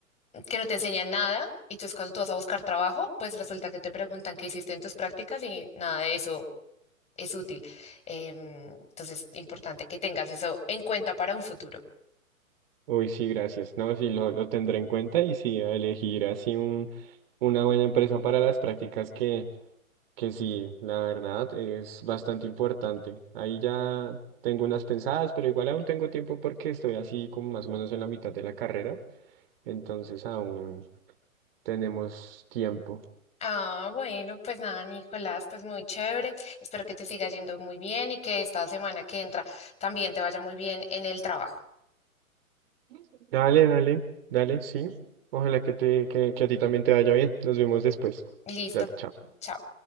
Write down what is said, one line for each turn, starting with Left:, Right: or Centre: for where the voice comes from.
Left: que no te enseñan nada y entonces cuando tú vas a buscar trabajo, pues resulta que te preguntan qué hiciste en tus prácticas y nada de eso es útil. Em, entonces, importante que tengas eso en cuenta para un futuro.
Right: Uy, sí, gracias. No, sí, lo, lo tendré en cuenta y sí, a elegir así un, una buena empresa para las prácticas que, que sí, la verdad es bastante importante. Ahí ya tengo unas pensadas, pero igual aún tengo tiempo porque estoy así como más o menos en la mitad de la carrera, entonces aún tenemos tiempo.
Left: Ah, bueno, pues nada, Nicolás, pues muy chévere. Espero que te siga yendo muy bien y que esta semana que entra también te vaya muy bien en el trabajo.
Right: Dale, dale, dale, sí. Ojalá que te, que, que a ti también te vaya bien. Nos vemos después.
Left: Listo.
Right: Dale, chao.
Left: Chao.